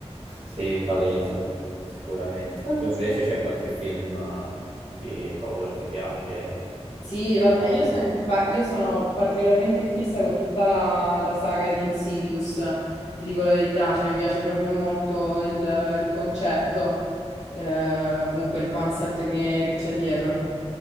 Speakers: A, on the right; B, on the left.
A: Sì, palese, sicuramente.
B: <laughs>
A: Tu invece c'è qualche film eh, di paura ti piace,
B: Sì,
A: che te-
B: vabbè,
A: che
B: io,
A: ti
B: sto
A: colpisce?
B: in pa- io sono particolarmente in fissa con tutta la, la saga di Insidious, ti dico la verità, cioè mi piace proprio molto il, il concetto, eh, comunque il concept che che c'è dietro.